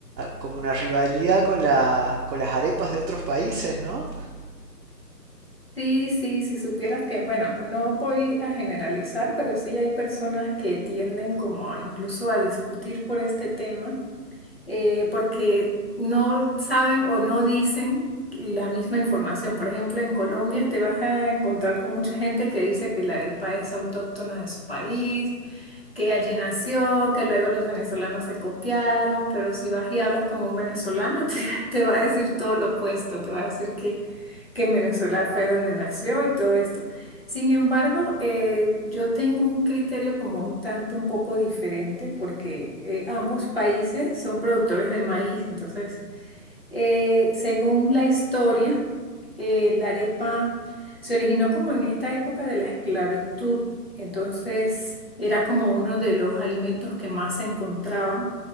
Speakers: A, on the right; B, on the left.
A: como una rivalidad con la, con las arepas de otros países, ¿no?
B: Sí, sí, si supieras que, bueno, no voy a generalizar, pero sí hay personas que tienden como a incluso a discutir por este tema. eh, porque no saben o no dicen la misma información. Por ejemplo, en Colombia te vas a encontrar con mucha gente que dice que la arepa es autóctona de su país, que allí nació, que luego los venezolanos se copiaron, pero si vas y hablas con un venezolano, <laughs> te, te va a decir todo lo opuesto, te va a decir que que en Venezuela fue donde nació y todo esto. Sin embargo, eh, yo tengo un criterio como un tanto un poco diferente porque eh, ambos países son productores de maíz, entonces eh, según la historia, eh, la arepa se originó como en esta época de la esclavitud, entonces era como uno de los alimentos que más se encontraban.